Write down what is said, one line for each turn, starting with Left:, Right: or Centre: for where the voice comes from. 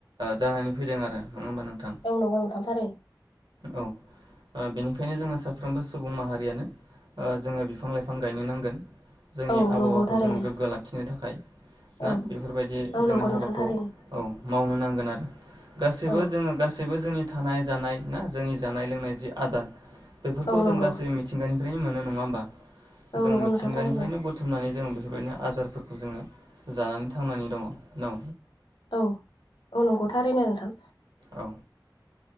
Right: जानानै फैदों आरो। नङा होमबा नोंथां
Left: औ नोंगौ नोंथां थारैनो।
Right: औ ओ बेनिखायनो जोङो साफ्रोमबो सुबुं माहारियानो ओ जोङो बिफां लाइफां बिफां गायनो नांगोन जोंनि
Left: औ
Right: आबहावाखौ
Left: नंगौ थारैनो
Right: जों गोग्गो लाखिनो थाखाय ना
Left: औ
Right: बेफोरबायदि
Left: औ
Right: जोङो
Left: नंगौ
Right: हाबाखौ
Left: नोंथां थारैनो
Right: औ मावनो नांगोन आरो गासैबो
Left: औ
Right: जोङो गासैबो जोंनि थानाय जानाय ना जोंनि जानाय लोंनाय जि आदार बेफोरखौ
Left: औ
Right: जों
Left: नंगौ
Right: गासैबो मिथिंगानिफ्रायनो मोनो नङा होमबा
Left: औ
Right: जों
Left: नंगौ
Right: मिथिंगानिफ्रायनो
Left: नोंथां थारैनो
Right: बुथुमनानै जों बैनो आदारफोरखौ जोङो जानानै थांनानै दङ दङ
Left: औ औ नंगौ थारैनो नोंथां
Right: औ